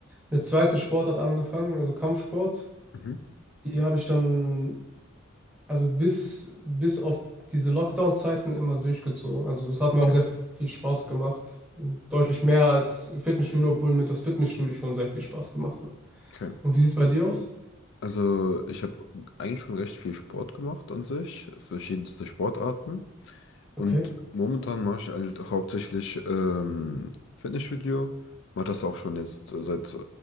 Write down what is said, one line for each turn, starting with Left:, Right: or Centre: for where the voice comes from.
Centre: eine zweite Sportart angefangen, also Kampfsport.
Left: mhm.
Centre: Die habe ich dann also bis, bis auf diese Lockdown-Zeiten immer durchgezogen. Also das hat mir
Left: Okay,
Centre: auch sehr viel Spaß gemacht. Deutlich mehr als Fitnessstudio, obwohl mir das Fitnessstudio schon sehr viel Spaß gemacht hat.
Left: okay.
Centre: Und wie sieht es bei dir aus?
Left: Also ich habe eigentlich schon recht viel Sport gemacht an sich, verschiedenste Sportarten. Und
Centre: Okay.
Left: momentan mache ich halt hauptsächlich ähm, Fitnessstudio. Mache das auch schon jetzt äh, seit, äh,